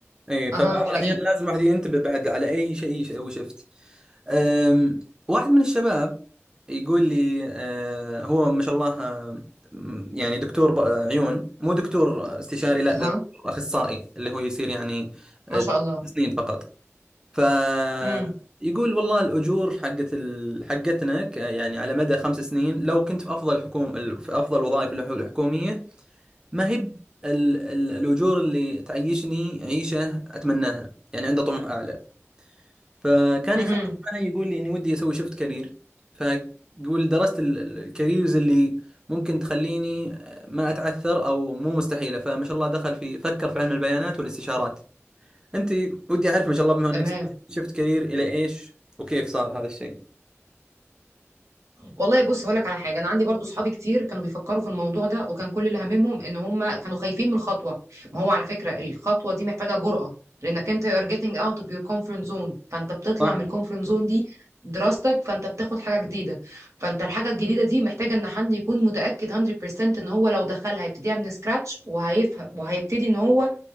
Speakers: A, on the right; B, on the right.
A: ايه
B: اها
A: فبعض
B: حقيقي
A: الاحيان لازم الواحد ينتبه بعد على اي شيء هو شفت أم، واحد من الشباب يقول لي أه، هو ما شاء الله أم، يعني دكتور ب- آه، عيون مو دكتور استشاري لا
B: اها
A: ده دكتور اخصائي اللي هو يصير يعني أه،
B: ما شاء الله
A: سنين فقط فيقول
B: امم
A: والله الاجور حقت ال- حقتنا ك- يعني على مدى خمس سنين لو كنت في افضل حكوم ال- في افضل وظائف الحكوميه ما هي ب- ال ال الأجور اللي تعيشني عيشة أتمناها يعني عنده طموح أعلى فكان
B: امم
A: يخاف معي يقول لي إني ودي أسوي شفت كارير فيقول درست ال- ال- الكاريرز اللي ممكن تخليني ما أتعثر أو مو مستحيلة فما شاء الله دخل في فكر في علم البيانات والاستشارات أنت ودي أعرف ما شاء الله بما إنك
B: تمام
A: شفت كارير إلى إيش وكيف صار هذا الشيء
B: والله بص هقول لك على حاجه انا عندي برضو صحابي كتير كانوا بيفكروا في الموضوع ده وكان كل اللي هاممهم ان هم كانوا خايفين من الخطوه ما هو على فكره الخطوه دي محتاجه جرأه لانك انت you're getting out of your comfort zone فانت بتطلع
A: صح
B: من الكومفورت زون دي دراستك فانت بتاخد حاجه جديده فانت الحاجه الجديده دي محتاجه ان حد يكون متاكد 100% ان هو لو دخلها هيبتديها من سكراتش وهيفهم وهيبتدي ان هو